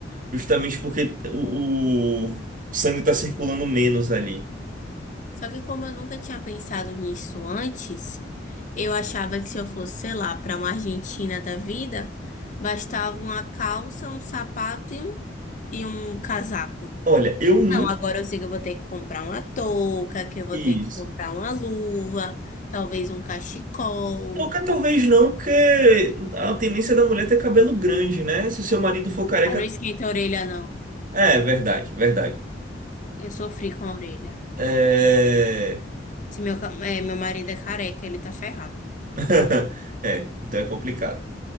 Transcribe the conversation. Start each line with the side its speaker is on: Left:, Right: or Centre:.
Right: justamente porque o, o sangue está circulando menos ali.
Left: Só que como eu nunca tinha pensado nisso antes, eu achava que se eu fosse, sei lá, para uma Argentina da vida, bastava uma calça, um sapato e um, e um casaco.
Right: Olha, eu nunca
Left: Não, agora eu sei que eu vou ter que comprar uma touca, que eu vou
Right: vi
Left: ter que
Right: isso.
Left: comprar uma luva, talvez um cachecol.
Right: Touca talvez não, porque a tendência da mulher é ter cabelo grande, né? Se o seu marido for careca.
Left: Mas não esquenta a orelha, não.
Right: É, verdade, verdade.
Left: Eu sofri com a orelha.
Right: É.
Left: Se meu, ca- é, meu marido é careca, ele tá ferrado.
Right: <laughs> É, então é complicado.